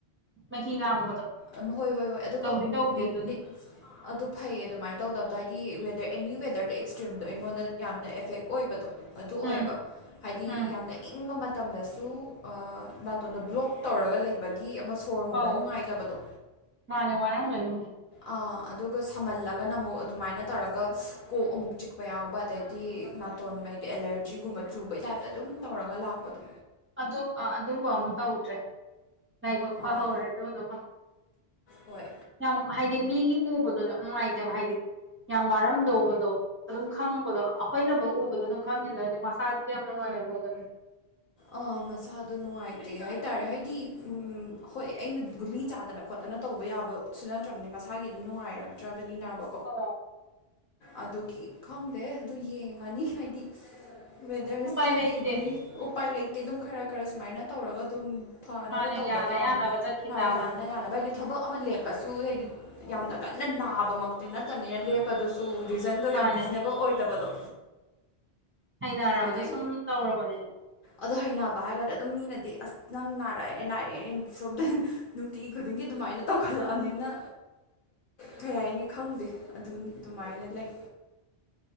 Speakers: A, on the right; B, on the left.
A: ꯃꯍꯤ ꯂꯥꯡꯕꯗꯣ
B: ꯑꯝ, ꯍꯣꯏ ꯍꯣꯏ ꯍꯣꯏ ꯑꯗꯨꯒ
A: ꯇꯧꯗꯤ
B: ꯎꯝ,
A: ꯇꯧꯗꯦ
B: ꯅꯤꯡ-
A: ꯑꯗꯨꯗꯤ
B: ꯅꯤꯛ- ꯑꯗꯨ ꯐꯩꯌꯦ ꯑꯗꯨꯃꯥꯏꯅ ꯇꯧꯗꯕꯗꯣ ꯍꯥꯏꯗꯤ ꯋꯦꯗꯔ ꯑꯦꯅꯤ ꯋꯦꯗꯔꯗ ꯑꯦꯛꯁꯇ꯭ꯔꯤꯝꯗꯣ ꯑꯩꯉꯣꯟꯗ ꯌꯥꯝꯅ ꯑꯦꯐꯦꯛ ꯑꯣꯏꯕꯗꯣ ꯑꯗꯨ
A: ꯎꯝ
B: ꯑꯣꯏꯌꯦꯕ ꯍꯥꯏꯗꯤ
A: ꯎꯝ
B: ꯌꯥꯝꯅ ꯏꯪꯕ ꯃꯠ ꯇꯝꯗꯁꯨ ꯑꯥ ꯅꯥꯇꯣꯟꯗ ꯕ꯭ꯂꯣꯛ ꯇꯧꯔꯒ ꯂꯩꯕꯒꯤ ꯑꯃ ꯁꯣꯔ ꯍꯣꯟꯕ
A: ꯑꯧ
B: ꯅꯨꯡꯉꯥꯏꯇꯕꯗꯣ
A: ꯃꯥꯅꯦ ꯋꯥꯔꯝꯒꯅꯤ
B: ꯑꯥ ꯑꯗꯨꯒ ꯁꯝꯃꯜꯂꯒꯅ ꯑꯃꯨꯛ ꯑꯗꯨꯃꯥꯏꯅ ꯇꯧꯔꯒ ꯀꯣꯛ ꯑꯃꯨꯛ ꯆꯤꯛꯄ ꯌꯥꯎꯕ ꯑꯗꯩꯗꯤ ꯅꯥꯇꯣꯟ ꯃꯩꯗ ꯑꯦꯂꯔꯖꯤꯒꯨꯝꯕ ꯆꯨꯕꯩ ꯇꯥꯏꯞꯇ ꯑꯗꯨꯝ ꯇꯧꯔꯒ ꯂꯥꯛꯄꯗꯣ
A: ꯑꯗꯣ ꯑꯗꯨꯝꯕ ꯑꯃ ꯇꯧꯗ꯭ꯔꯦ ꯂꯥꯏꯕꯛ ꯐꯍꯧꯔꯦ
B: ꯑꯥ
A: ꯑꯗꯨꯗꯨꯃ
B: ꯍꯣꯏ
A: ꯌꯥꯝ ꯍꯥꯏꯗꯤ ꯃꯤꯒꯤ ꯎꯕꯗꯣ ꯌꯥꯝ ꯅꯨꯡꯉꯥꯏꯇꯕ ꯍꯥꯏꯗꯤ ꯌꯥꯝ ꯋꯥꯔꯝꯗꯧꯕꯗꯣ ꯑꯗꯨꯝ ꯈꯪꯕꯗꯣ ꯑꯩꯈꯣꯏꯅꯕꯧ ꯎꯕꯗ ꯑꯗꯨꯝ ꯈꯪꯉꯤꯗꯨꯅꯗꯤ ꯃꯁꯥꯗꯨꯗꯤ ꯌꯥꯝ ꯅꯨꯡꯉꯥꯏꯔꯝ ꯃꯣꯏꯗꯅ
B: ꯑꯥ ꯃꯁꯥꯗꯣ ꯅꯨꯡꯉꯥꯏꯇꯦ ꯍꯥꯏꯇꯥꯔꯦ ꯍꯥꯏꯗꯤ ꯎꯝ ꯍꯣꯏ ꯑꯩꯅ ꯒꯨꯂꯤ ꯆꯥꯗꯅ ꯈꯣꯠꯇꯅ ꯇꯧꯕ ꯌꯥꯕꯁꯨ ꯅꯠꯇ꯭ꯔꯕꯅꯤ ꯃꯁꯥꯒꯤ ꯑꯗꯨꯝ ꯅꯨꯡꯉꯥꯏꯔꯛꯇ꯭ꯔꯕꯅꯤꯅꯕ
A: ꯑꯣ
B: ꯑꯗꯨꯒꯤ ꯈꯪꯗꯦ ꯑꯗꯨ ꯌꯦꯡꯉꯅꯤ ꯍꯥꯏꯗꯤ ꯋꯦꯗꯔꯁꯦ
A: ꯎꯄꯥꯏ
B: ꯍꯥꯏꯗꯤ
A: ꯂꯩꯇꯦ
B: ꯒꯨꯂꯤ ꯎꯄꯥꯏ ꯂꯩꯇꯦ ꯑꯗꯨꯝ ꯈꯔ ꯈꯔ ꯁꯨꯃꯥꯏꯅ ꯇꯧꯔꯒ ꯑꯗꯨꯝ ꯐꯅꯕ
A: ꯃꯥꯅ
B: ꯇꯧꯕ
A: ꯌꯥꯅ
B: ꯇꯥꯝꯕꯅꯦ
A: ꯌꯥꯅꯕ ꯆꯠꯈꯤ ꯇꯥꯕꯅꯤ
B: ꯌꯥꯅ ꯌꯥꯅꯕ ꯍꯥꯏꯗꯤ ꯊꯕꯛ ꯑꯃ ꯂꯦꯞꯄꯁꯨ ꯍꯥꯏꯗꯤ ꯌꯥꯝꯅ ꯀꯟꯅ ꯅꯥꯕꯃꯛꯇꯤ ꯅꯠꯇꯝꯅꯤꯅ ꯂꯦꯞꯄꯗꯨꯁꯨ ꯇꯨ ꯔꯤꯖꯟꯗꯣ
A: ꯃꯥꯅꯦ
B: ꯌꯥꯝ ꯔꯤꯖꯅꯦꯕꯜ ꯑꯣꯏꯗꯕꯗꯣ
A: ꯍꯩꯅꯔꯕꯗꯣ
B: ꯑꯗꯩ
A: ꯁꯨꯝ ꯇꯧꯔꯕꯅꯤꯅ
B: ꯑꯗꯣ ꯍꯩꯅꯕ ꯍꯥꯏꯔꯒꯔꯗꯤ ꯑꯗꯨꯝ ꯃꯤꯅꯗꯤ ꯑꯁ ꯅꯪ ꯅꯥꯔꯛꯑꯦ ꯅꯥꯔꯛꯑꯦꯅ ꯍꯦꯛꯇꯥ ꯁꯣꯝꯗ ꯅꯨꯡꯇꯤ ꯈꯨꯗꯤꯡꯒꯤ ꯑꯗꯨꯃꯥꯏꯅ ꯇꯧꯈꯠꯂꯛꯑꯅꯤꯅ ꯀꯩ ꯍꯥꯏꯅꯤ ꯈꯪꯗꯦ ꯑꯗꯨ ꯑꯗꯨꯃꯥꯏꯅ ꯂꯩ